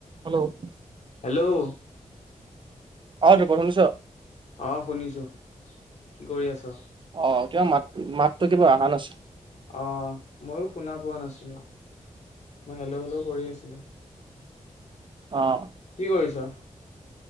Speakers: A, on the right (about 40°); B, on the left (about 55°).
A: Hello অ
B: hello
A: অ দীপক শুনিছ
B: অ শুনিছোঁ, কি কৰি আছা?
A: অ কিবা মাত, মাতটো কিবা অহা নাছিল
B: অ মইয়ো শুনা পোৱা নাছিলো। হেল্ল', হেল্ল কৰি আছিলো।
A: অহ
B: কি কৰিছ?